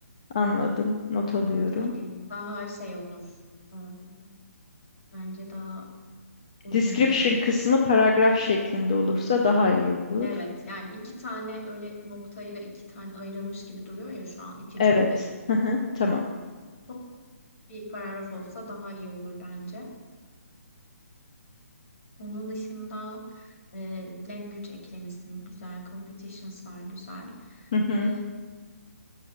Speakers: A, on the left; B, on the left.
A: anladım. Not alıyorum.
B: Hani daha şey olur. Hmm, Bence daha uygun
A: Description
B: olur.
A: kısmı paragraf şeklinde olursa daha iyi olur.
B: Evet, yani iki tane öyle noktayla iki tane ayrılmış gibi duruyor ya şu an iki
A: Evet.
B: cümle.
A: Hı hı, Tamam.
B: O bir paragraf olsa daha iyi olur bence. Onun dışında e, language eklemişsin güzel, competitions'lar güzel.
A: Hı hı.
B: E,